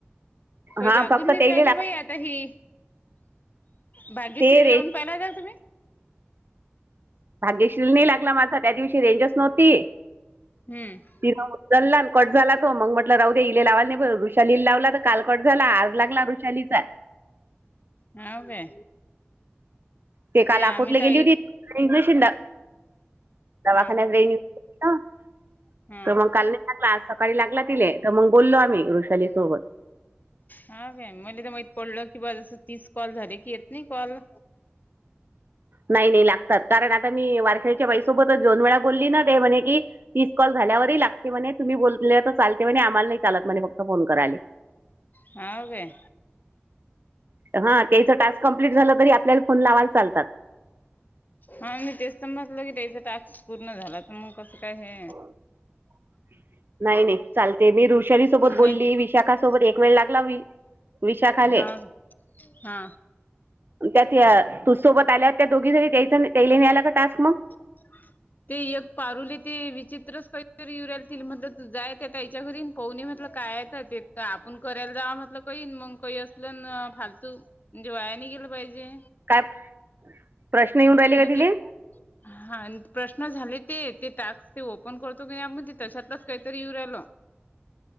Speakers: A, on the left; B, on the right.
A: कई
B: हा
A: लागून
B: फक्त
A: नहीत
B: त्याले
A: राहिले
B: लाग
A: बाई आत आता ही भाग्यश्री
B: ते रेंज
A: लवून पाहिला काय तुम्ही
B: भागेश्रील नाही लागला माझा त्या दिवशी रेंजच नव्हती
A: हम्म
B: ति चल्ला न कट झाला तो मग म्हटलं राह द्या इले लावाला ना नाही ब ऋषालील लावला काल कट झाला आज लागला वृषाली चा
A: हाव काय
B: ते काल
A: आम्ही
B: अकोटला
A: तर
B: गेली
A: ऐक
B: होती रेंज निशिन <unintelligible> दवाखान्यात
A: हां हां
B: <unintelligible> <unintelligible>
A: हां
B: त म काल नाही लागला, आज सकाळी लागला तिले, त मग बोललो आम्ही वृषाली सोबत
A: हा काय मले त माहीत पडल की बा जस तीस कॉल झाले की येत नही कॉल.
B: नाही नाही लागतात, कारण आता मी वारखेडच्या बाईसोबतच दोन वेळा बोलली ना ते म्हणे की? तीस कॉल झाल्यावरही लागते म्हणे, तुम्ही बोलले त चालते म्हणे आम्हाला नही चालत म्हणे फक्त. फोन करायले
A: हा काय?
B: हा त्याचं टास्क कंप्लीट झालं तरी आपल्याला फोन लावायला चालतात
A: हा मी तेच तर म्हटलं की त्याचा टास्क पूर्ण झाला तर मग कसं काय हे
B: <inaudible> नाही नाही चालते मी वृषाली सोबत बोलली
A: नाही ते
B: विशाखा सोबत एक वेळ लागला विशाखाले
A: हा हा
B: त्यात या तू सोबत आल्यात त्या दोघीसाठी त्या त्यायेले आला का टास्क मग
A: <inaudible> ते एक पारुले ते विचित्रच काहीतरी येऊ रायली तिला म्हणलं तु जाय त्या तईच्या घरी पाहुण ये म्हणलं काय का आपण करायला जाव म्हटलं काही मग काही असलं ना फालतू म्हणजे वायाने गेलं पाहिजे
B: काय प्रश्न येऊन राहिले
A: तिला
B: का तिले
A: ते हा प्रश्न झाले ते ते टास्क ते ओपन करतो की नाही आपण ते तच्यातलंच काहीतरी येऊ राहिल